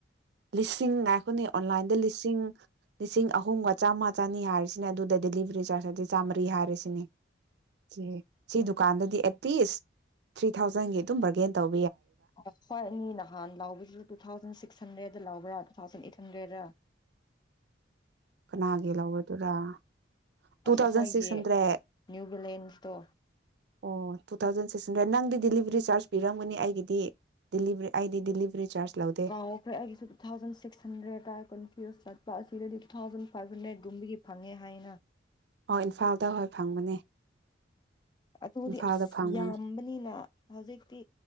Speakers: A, on the right; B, on the left.
A: ꯂꯤꯁꯤꯡ ꯉꯥꯏꯈꯣꯅꯦ ꯑꯣꯟꯂꯥꯏꯟꯗ ꯂꯤꯁꯤꯡ ꯂꯤꯁꯤꯡ ꯑꯍꯨꯝꯒ ꯆꯥꯝꯃꯥ ꯆꯅꯤ ꯍꯥꯏꯔꯁꯤꯅꯦ ꯑꯗꯨꯗ ꯗꯦꯂꯤꯚ꯭ꯔꯤ ꯆꯥꯔꯖ ꯍꯥꯏꯗꯤ ꯆꯥꯝꯃꯔꯤ ꯍꯥꯏꯔꯁꯤꯅꯦ ꯏꯍꯦ ꯁꯤꯗꯨ ꯗꯨꯀꯥꯟꯗꯗꯤ ꯑꯦꯠꯂꯤꯁ ꯊ꯭ꯔꯤ ꯊꯥꯎꯖꯟꯒꯤ ꯑꯗꯨꯝ ꯕꯔꯒꯦꯟ ꯇꯧ
B: ꯑꯣ ꯑꯈꯣꯏ ꯑꯅꯤ ꯅꯍꯥꯟ ꯂꯥꯎꯕꯖꯨ ꯇꯨ ꯊꯥꯎꯖꯟ ꯁꯤꯛꯁ ꯍꯟꯗ꯭ꯔꯦꯠ ꯗ ꯂꯥꯎꯕ꯭ꯔꯥ ꯇꯨ ꯊꯥꯎꯖꯟ ꯑꯦꯠ ꯍꯟꯗ꯭ꯔꯦꯠꯔ
A: ꯀꯅꯥꯒꯤ ꯂꯥꯎꯕꯗꯨꯔꯥ ꯇꯨ
B: ꯑꯁ
A: ꯊꯥꯎꯖꯟ
B: ꯑꯩꯈꯣꯏꯒꯤ
A: ꯁꯤꯛꯁ ꯍꯟꯗ꯭ꯔꯦꯠ
B: ꯅ꯭ꯌꯨ ꯕꯦꯂꯦꯟꯁꯇꯣ
A: ꯑꯣ ꯇꯨ ꯊꯥꯎꯖꯟ ꯁꯤ ꯇꯨꯁꯤꯟꯗ꯭ꯔꯦ ꯅꯪꯗꯤ ꯗꯤꯂꯤꯚ꯭ꯔꯤ ꯆꯥꯔꯖ ꯄꯤꯔꯝꯒꯅꯤ ꯑꯩꯒꯤꯗꯤ ꯗꯤꯂꯤꯚ꯭ꯔꯤ ꯑꯩꯗꯤ ꯗꯤꯂꯤꯚ꯭ꯔꯤ ꯆꯥꯔꯖ ꯂꯧꯗꯦ
B: ꯀꯥꯎꯈ꯭ꯔꯦ ꯑꯩꯒꯤꯁꯨ ꯇꯨ ꯊꯥꯎꯖꯟ ꯁꯤꯛꯁ ꯍꯟꯗ꯭ꯔꯦꯠ ꯇꯥꯏ ꯀꯟꯐ꯭ꯌꯨꯁ ꯆꯠ- ꯕꯥꯏ ꯑꯁꯤꯗꯗꯤ ꯇꯨ ꯊꯥꯎꯟ ꯐꯕꯅꯒꯨꯝꯕꯒꯤ ꯐꯪꯉꯦ ꯊꯥꯏꯅ
A: ꯑꯣ ꯏꯝꯐꯥꯜꯗ ꯍꯣꯏ ꯐꯪꯕꯅꯦ
B: ꯑꯗꯨꯕꯨꯗꯤ
A: ꯏꯝꯐꯥꯜꯗ
B: ꯑꯁ
A: ꯐꯪꯕꯅꯦ
B: ꯌꯥꯝꯕꯅꯤꯅ ꯍꯧꯖꯤꯛꯇꯤ